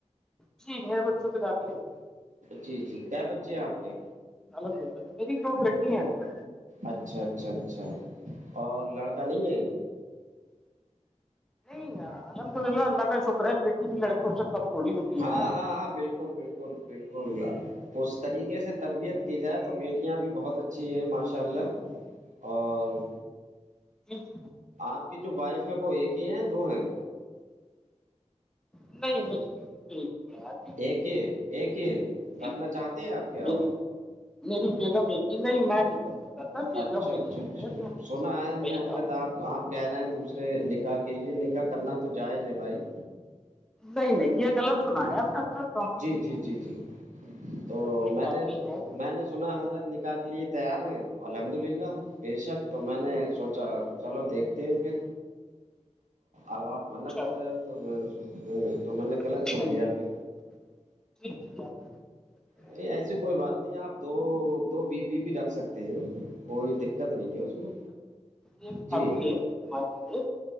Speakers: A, in the centre; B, on the right (about 80°).
A: جی میر بچوں کے داخلے ہوئے ہیں
B: جی جی کیا بچے ہیں آپ کے
A: الحمد للہ میری دو بیٹی ہیںضر
B: اچھا اچھا اچھا اور لڑکا نہیں ہے
A: نہیں الحمد للہ کا شکر ہے پیٹٹی بھی لڑکوں سے کم تھوڑی ہوتی
B: ہاں
A: ہے ہیںیار
B: ہاں ہاں بالکل بالکل بالکل بالکل اس طریقے سے تربیت کی جائے تو بیٹیاں بھی بہت اچھی ہیں ماشاء اللہ اور
A: جی جی
B: آپ کی جو وائف ہے وہ ایک ہی ہے دو ہیں
A: <inaudible> ہے یار بیوی تو
B: ایک یہ ایک یہ کرنا
A: ہی جی
B: چاہتے ہیں آپ کے اور
A: میری میری بیگم ایک ہی نہیں میں نہیں کرنا چاہتا بیگم
B: اچھا
A: میری
B: اچھا
A: ایک
B: اچھا
A: ہے تو وہی
B: سونا ہے ہم نے
A: کافی
B: حضرت آپ آپ کہہ رہے ہیں دوسرے نکاح کے لیے نکاح کرنا تو جائج ہے بھائی
A: نہیں نہیں یہ غلط سنا ہے اپنا طرف
B: جی جی جی جی تو
A: بس وہی
B: میں
A: کافی
B: نے
A: ہے
B: میں نے سنا حضرت کے لیے تیار ہیں الحمد للہ بےشک تو میں نے سوچا چلو دیکھتے ہیں پھر اب آپ منع
A: اچھا
B: کر رہے ہو تو میں ہوں تو میں نے غلط
A: نہیں
B: سن لیا پھر
A: <inaudible> سنا ہے
B: نہیں ایسی کوئی بات نہیں آپ دو دو بی بیی بھی رکھ سکتے ہیں کوئی دقت نہیں ہے اس میں
A: یہ کافی
B: جی
A: ہے لیے